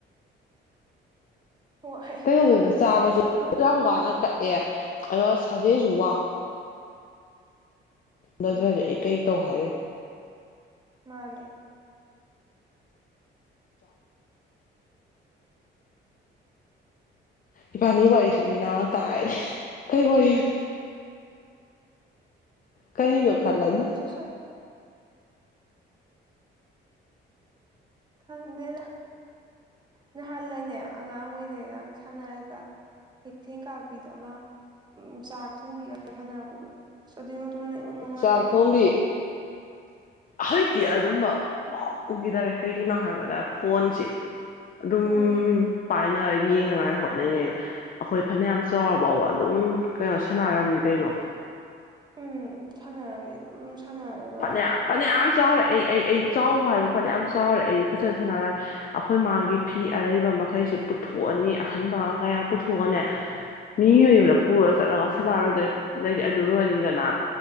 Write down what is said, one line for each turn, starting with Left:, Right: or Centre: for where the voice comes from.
Right: <inaudible> ꯍꯣꯏ
Left: ꯀꯩꯗꯧꯗꯣꯏꯅꯣ ꯆꯥꯕꯁꯨ
Right: ꯑꯃ
Left: ꯌꯥꯝ ꯋꯥꯅ ꯀꯛꯑꯦ ꯑꯗꯣ ꯁꯥꯖꯦꯜ <unintelligible> ꯅꯠꯇ꯭ꯔꯗꯤ
Right: ꯎꯝ
Left: ꯑꯩ ꯀꯩ ꯇꯧ ꯍꯥꯏꯔꯤꯝ
Right: ꯃꯥꯅꯦ
Left: ꯏꯕꯥꯅꯤ ꯋꯥꯔꯤꯁꯦ ꯃꯤꯅ ꯇꯥꯔꯗꯤ ꯀꯔꯤ ꯋꯥꯔꯤꯅꯣ ꯀꯔꯤꯅꯣ ꯈꯜꯂꯅꯤ
Right: ꯇꯧꯔꯁꯨ ꯁꯟ ꯈꯪꯗꯦꯗ ꯅꯍꯥꯟꯋꯥꯅꯦ ꯑꯉꯥꯡ ꯑꯣꯏꯅꯩꯔꯥꯡ ꯁꯥꯟꯅꯔꯒ ꯀꯩꯊꯦꯜ ꯀꯥꯞꯄꯤꯗꯣ ꯑꯃ ꯎ ꯆꯥꯛ ꯊꯣꯡꯕꯤ ꯁꯅꯔꯛꯄꯗꯣ ꯑꯗꯨꯏ ꯇꯨꯅ ꯏꯅꯨꯡ ꯅꯨꯡꯉꯥꯏꯗꯀꯣ
Left: ꯆꯥꯛ ꯊꯣꯡꯕꯤ ꯍꯧꯖꯤꯛꯇꯤ ꯑꯗꯨꯝꯕ ꯑꯃ ꯎꯈꯤꯗꯔꯦ ꯀꯩꯒꯤꯅꯣ ꯍꯥꯏꯕꯗ ꯐꯣꯟꯁꯤ ꯑꯗꯨꯝ
Right: ꯎꯝ
Left: ꯄꯥꯏꯅ ꯌꯦꯡꯅꯉꯥꯏ ꯍꯣꯠꯅꯉꯩꯗ ꯑꯩꯈꯣꯏ ꯐꯅꯌꯥꯝ ꯆꯥꯎꯐꯥꯎꯕ ꯑꯗꯨꯝ ꯀꯩꯅꯣ ꯁꯥꯟꯅꯔꯝꯃꯤ ꯀꯩꯅꯣ
Right: ꯎꯝ ꯁꯥꯟꯅꯔꯝꯃꯦ ꯑꯗꯨꯝ ꯁꯥꯟꯅꯔꯒ
Left: ꯐꯥꯅꯤꯌꯥꯝ ꯐꯥꯅꯤꯌꯥꯝ ꯆꯥꯎꯔꯦ ꯑꯩ ꯑꯩ ꯆꯥꯎꯕ ꯍꯥꯏꯕ ꯐꯖꯅ ꯌꯥꯝ ꯆꯥꯎꯔꯦ ꯑꯩ ꯐꯖꯅ ꯁꯅꯔ ꯑꯩꯈꯣꯏ ꯃꯥꯒꯤ ꯐꯤ ꯑꯔꯩꯕ ꯃꯈꯩꯁꯤ ꯄꯨꯊꯣꯛꯑꯅꯤ ꯑꯈꯟꯕ ꯀꯌꯥꯝ ꯄꯨꯊꯣꯛꯑꯅꯤ ꯃꯤꯏꯂ
Right: ꯎꯝ
Left: ꯄꯨꯔꯒ ꯆꯠꯂꯒ ꯁꯥꯟꯅꯔꯨꯗꯦ ꯑꯗꯩꯗꯤ ꯑꯗꯨ ꯂꯣꯏꯔꯅꯤꯗꯅ